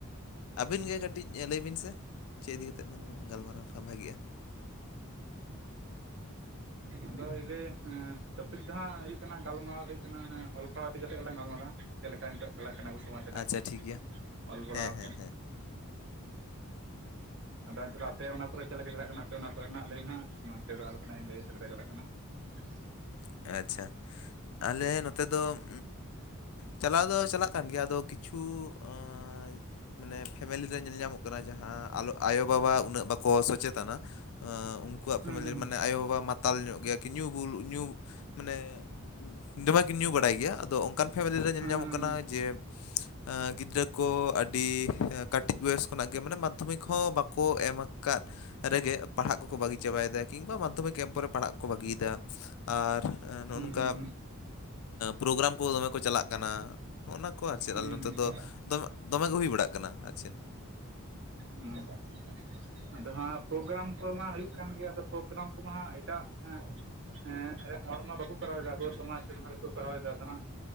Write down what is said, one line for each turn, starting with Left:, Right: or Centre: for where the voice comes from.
Left: ᱟᱹᱵᱤᱱ ᱜᱮ ᱠᱟᱹᱴᱤᱡ ᱞᱟᱹᱭ ᱵᱤᱱ ᱥᱮ ᱪᱮᱫ ᱤᱫᱤ ᱠᱟ ᱠᱟᱛᱮ ᱞᱟᱝ ᱜᱟᱞᱢᱟᱨᱟᱣ ᱞᱮᱠᱷᱟᱱ ᱵᱷᱟᱜᱤᱼᱟ
Right: ᱟᱫᱚ ᱤᱞᱤ ᱮ ᱴᱚᱯᱷᱤᱠ ᱫᱚ ᱦᱟᱸᱜ ᱦᱩᱭᱩᱜᱼᱼ ᱜᱟᱞᱢᱟᱨᱟᱣ ᱦᱩᱭᱩᱜ ᱠᱟᱱᱟ ᱢᱟᱱᱮ ᱚᱞ ᱯᱟᱲᱦᱚ ᱤᱫᱤ ᱠᱟᱛᱮᱜ ᱜᱮᱞᱟᱝ ᱜᱟᱞᱢᱟᱨᱟᱣᱼᱟ, ᱪᱮᱫ ᱞᱮᱠᱟ ᱱᱤᱛᱚᱜ ᱪᱟᱞᱟᱜ ᱠᱟᱱᱟ ᱚᱵᱚᱥᱚ ᱾ ᱥᱚᱢᱟᱡᱽ ᱨᱮ
Left: ᱟᱪᱪᱷᱟ ᱴᱷᱤᱠ ᱜᱮᱭᱟ
Right: ᱚᱞ ᱵᱟᱲᱟᱣ
Left: ᱦᱮᱸ
Right: ᱟᱠᱚ᱾
Left: ᱦᱮᱸ ᱦᱮᱸ
Right: ᱟᱫᱚ ᱱᱤᱛᱚᱜ ᱫᱚ ᱟᱯᱮ ᱚᱱᱟ ᱠᱚᱨᱮ ᱪᱮᱫ ᱞᱮᱠᱟ ᱪᱟᱞᱟᱜ ᱠᱟᱱᱟ ᱟᱯᱮ ᱚᱱᱟ ᱠᱚᱨᱮᱱᱟᱜ ᱞᱟᱹᱭ ᱢᱮ ᱦᱟᱜ, ᱱᱚᱛᱮ ᱫᱚ ᱟᱞᱮ ᱥᱮᱱᱟᱜ ᱤᱧ ᱞᱟᱹᱭᱟ ᱪᱮᱫ ᱞᱮᱠᱟ ᱪᱟᱞᱟᱜ ᱠᱟᱱᱟ᱾ ᱵ <inaudible>
Left: ᱟᱪᱪᱷᱟ, ᱟᱞᱮ ᱱᱚᱛᱮ ᱫᱚᱼᱼ ᱪᱟᱞᱟᱣ ᱫᱚ ᱪᱟᱞᱟᱜ ᱠᱟᱱ ᱜᱮᱭᱟ ᱟᱫᱚ ᱠᱤᱪᱷᱩ ᱟᱻ ᱢᱟᱱᱮ ᱯᱷᱮᱢᱮᱞᱤ ᱨᱮ ᱧᱮᱞ ᱧᱟᱢᱚᱜ ᱠᱟᱱᱟ ᱡᱟᱦᱟᱸ ᱟᱭᱚᱵᱟᱵᱟ ᱩᱱᱟᱹᱜ ᱵᱟᱼᱼ ᱠᱚ ᱥᱚᱪᱮᱛᱚᱱᱟ ᱩᱱᱠᱩᱣᱟᱜ
Right: ᱦᱩᱸ
Left: ᱯᱷᱮᱢᱮᱞᱤ
Right: ᱦᱩᱸ
Left: ᱢᱟᱱᱮ ᱟᱭᱚᱼᱵᱟᱵᱟ ᱢᱟᱛᱟᱞ ᱧᱚᱜ ᱜᱮᱭᱟ ᱠᱤ ᱧᱩ ᱵᱩᱞ ᱧᱩᱼᱼ ᱢᱟᱱᱮ, ᱫᱚᱢᱮᱠᱤᱱ ᱧᱩ ᱵᱟᱲᱟᱭ ᱜᱮᱭᱟ ᱟᱫᱚ ᱚᱱᱠᱟᱱ ᱯᱷᱮᱢᱮᱞᱤ ᱨᱮ ᱧᱮᱞ
Right: ᱦᱩᱸ
Left: ᱧᱟᱢᱚᱜ ᱠᱟᱱᱟ ᱡᱮᱼᱼ
Right: <inaudible>
Left: ᱟ ᱜᱤᱫᱽᱨᱟᱹ ᱠᱚ ᱟᱹᱰᱤ ᱠᱟᱹᱴᱤᱡ ᱵᱚᱭᱚᱥ ᱠᱷᱚᱱᱟᱜ ᱜᱮ ᱢᱟᱱᱮ ᱢᱟᱫᱽᱫᱷᱚᱢᱤᱠ ᱦᱚᱸ ᱵᱟᱠᱚ ᱮᱢ ᱟᱠᱟᱫᱼᱼ ᱨᱮᱜᱮ ᱯᱟᱲᱦᱟᱜ ᱠᱚᱠᱚ ᱵᱟᱹᱜᱤ ᱪᱟᱵᱟᱭᱮᱫᱟ, ᱠᱤᱝᱵᱟ ᱢᱟᱫᱽᱫᱷᱚᱢᱤᱠ ᱮᱢ ᱯᱚᱨᱮ ᱯᱟᱲᱦᱟᱜ ᱠᱚ ᱵᱟᱹᱜᱤᱭᱮᱫᱟ ᱾ ᱟᱨ ᱱᱚᱜᱼᱱᱚᱝᱠᱟᱼᱼ
Right: ᱦᱩᱸ ᱦᱩᱸ ᱦᱩᱸ ᱦᱩᱸ ᱦᱩᱸ
Left: ᱯᱨᱳᱜᱨᱟᱢ ᱠᱚ ᱫᱚᱢᱮ ᱠᱚ ᱪᱟᱞᱟᱜ ᱠᱟᱱᱟ ᱦᱚᱜᱼᱚ ᱱᱟ ᱠᱚ ᱟᱨ ᱪᱮᱫ ᱟᱞᱮ
Right: ᱦᱩᱸ
Left: ᱱᱚᱛᱮ
Right: ᱦᱩᱸ
Left: ᱫᱚ
Right: ᱦᱩᱸ
Left: ᱫᱚᱢᱮ᱾ ᱫᱚᱢᱮᱜᱮ ᱦᱩᱭ ᱵᱟᱲᱟᱜ ᱠᱟᱱᱟ ᱟᱨ ᱪᱮᱫ᱾
Right: ᱦᱩᱸ <unintelligible> ᱟᱫᱚ ᱦᱟᱸ ᱯᱨᱳᱜᱨᱟᱢ ᱠᱚᱢᱟ ᱦᱩᱭᱩᱜ ᱠᱟᱱ ᱜᱮ ᱟᱫᱚ ᱯᱨᱳᱜᱨᱟᱢ ᱠᱚᱢᱟ ᱦᱟᱸᱜ ᱮᱴᱟᱜᱼᱼ ᱦᱮᱸ <unintelligible> ᱦᱚᱲᱢᱟ ᱵᱟᱠᱚ ᱠᱚᱨᱟᱣ ᱮᱫᱟ ᱟᱵᱚ ᱥᱚᱢᱟᱡᱽ ᱨᱮᱱ ᱦᱚᱲᱠᱚ ᱠᱚᱨᱟᱣ ᱮᱫᱟ ᱦᱟᱸᱜ᱾